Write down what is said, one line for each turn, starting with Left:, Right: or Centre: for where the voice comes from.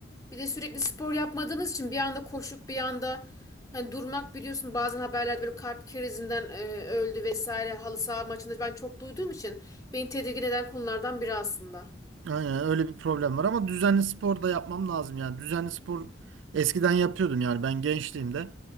Left: Bir de sürekli spor yapmadığınız için bir anda koşup bir anda hani durmak biliyorsun bazen haberlerde böyle kalp krizinden e, öldü vesaire halı saha maçında ben çok duyduğum için beni tedirgin eden konulardan biri aslında.
Right: aynen öyle bir problem var ama düzenli spor da yapmam lazım yani. Düzenli spor eskiden yapıyordum yani ben gençliğimde